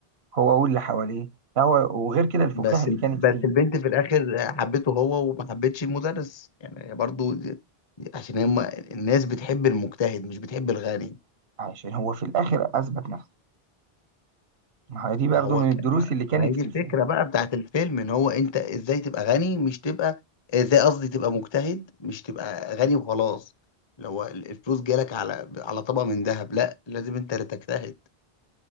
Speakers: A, on the right; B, on the left.
A: هو واللي حواليه هو وغير كده الفكاهه
B: بس
A: اللي كانت
B: بس
A: فيه
B: البنت في الاخر حبته هو وما حبتش المدرس يعني هي برضو دي- عشان هم الناس بتحب المجتهد مش بتحب الغني
A: عشان هو في الاخر اثبت نفسه ما هي دي برضو
B: ما هو
A: من
B: ك...
A: الدروس
B: ما...
A: اللي كانت
B: ما هي دي
A: في
B: الفكره
A: الفيلم
B: بقى بتاعت الفيلم ان هو انت ازاي تبقى غني مش تبقى ازاي قصدي تبقى مجتهد مش تبقى غني وخلاص لو الفلوس جالك على على طبق من ذهب لا لازم انت اللي تجتهد